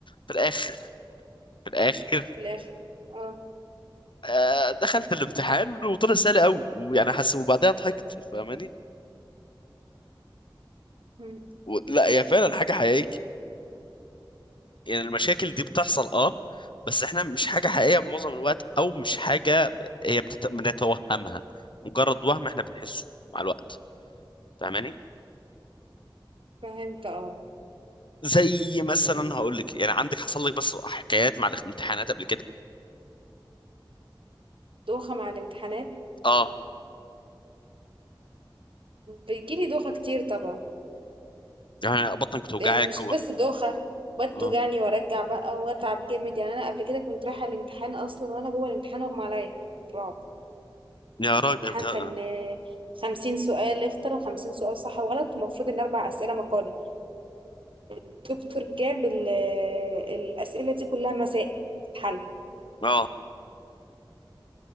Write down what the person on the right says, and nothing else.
في الاخر اه
إمم.
فهمت اه
امم
دوخة مع الامتحانات
بيجيلي دوخة كتير طبعا
يعني مش
بس دوخة بقعد
توجعني وارجع بقى واتعب جامد يعني انا قبل كده كنت رايحة الامتحان اصلا وانا جوه الامتحان اغمى عليا الرعب
الامتحان
كان آه، خمسين سؤال اختر وخمسين سؤال صح وغلط ومفروض ان اربع اسئلة مقالي الدكتور جاب ال- آه، الاسئلة دي كلها مسائل حل